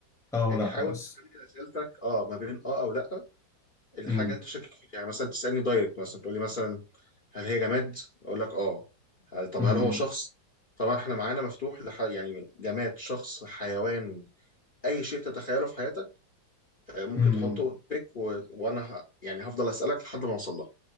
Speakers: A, in the centre; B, on the left.
A: او
B: يعني
A: لا
B: حاول
A: بس
B: تخلي أسئلتك آه ما بين آه أو لأ الحاجة
A: امم
B: اللي أنت شاكك فيها يعني مثلا تسألني دايركت مثلا تقول لي مثلا هل هي جماد؟ أقول لك آه هل طب
A: امم
B: هل هو شخص؟ طبعا احنا معانا مفتوح لح... يعني جماد شخص حيوان أي شيء تتخيله في حياتك آه، ممكن
A: امم
B: تحطه بيك و... وأنا ه... يعني هفضل أسألك لحد ما أوصل لها